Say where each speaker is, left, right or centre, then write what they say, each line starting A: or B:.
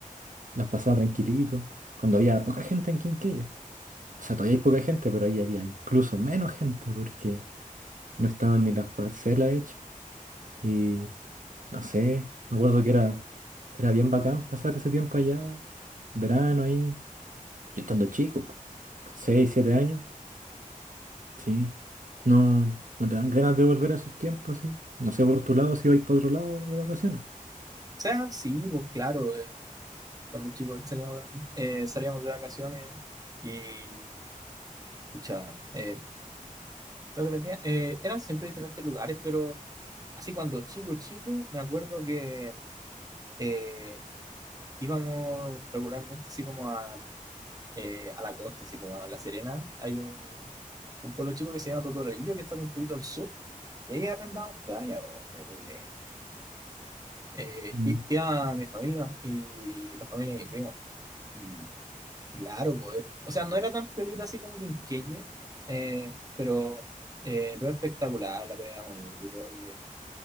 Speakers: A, on the right; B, on the right.
A: las pasaba tranquilito, cuando había poca gente en Quinquegui. O sea, todavía hay poca gente, pero ahí había incluso menos gente porque no estaban ni las parcelas hechas. Y no sé, me acuerdo que era, era bien bacán pasar ese tiempo allá verano ahí. Yo estando chico, po, con 6, años, sí. No, no te dan ganas de volver a esos tiempos, sí. No sé por tu lado si vais para otro lado de vacaciones.
B: sea, sí, pues claro, eh, cuando chicos salíamos de, eh, salíamos de vacaciones y, escucha, eh, se dependía- eh, eran siempre diferentes lugares, pero así cuando chico, chico, me acuerdo que eh, íbamos regularmente así como a, eh, a la costa, así como a La Serena. Hay un, un pueblo chico que se llama Totoralillo, que está un poquito al sur. Y ahí arrendamos caña, po, era culé. Eh,
A: Mm,
B: i- iba mi familia y la familia de mi primo. Y, y claro, pues, o sea, no era tan piolita así como Quinquelle, eh, pero, eh, pero espectacular, la pelea era bonita y todo. Y el,